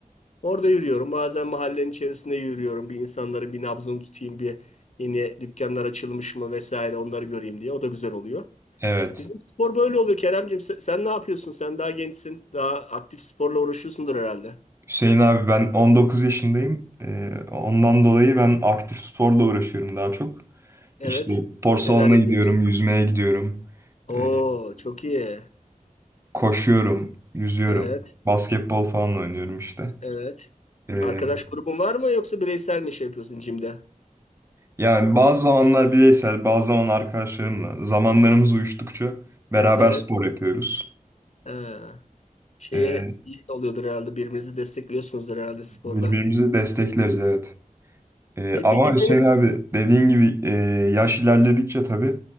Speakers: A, on the left (about 55°); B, on the right (about 20°).
A: Orada yürüyorum. Bazen mahallenin içerisinde yürüyorum. Bir insanların bir nabzını tutayım. Bir yeni dükkanlar açılmış mı vesaire onları göreyim diye. O da güzel oluyor.
B: Evet.
A: Bizim spor böyle oluyor Keremcim. Sen, sen ne yapıyorsun? Sen daha gençsin. Daha aktif sporla uğraşıyorsundur herhalde.
B: Hüseyin abi ben 19 yaşındayım. Ee, ondan dolayı ben aktif sporla uğraşıyorum daha çok.
A: Evet.
B: İşte spor salonuna
A: Neler yapıyorsun?
B: gidiyorum, yüzmeye gidiyorum.
A: Oo,
B: Ee,
A: çok iyi.
B: koşuyorum, yüzüyorum.
A: Evet.
B: Basketbol falan oynuyorum işte.
A: Evet.
B: Ee,
A: Arkadaş grubun var mı yoksa bireysel mi şey yapıyorsun jimde?
B: Yani bazı zamanlar bireysel, bazı zaman arkadaşlarımla, zamanlarımız uyuştukça beraber
A: Evet.
B: spor yapıyoruz.
A: Ee, şeye
B: Ee,
A: iyi oluyordur herhalde. Birbirinizi destekliyorsunuzdur herhalde sporda.
B: birbirimizi destekleriz evet. Ee,
A: E
B: ama
A: peki
B: Hüseyin
A: benim
B: abi dediğin gibi e, yaş ilerledikçe tabii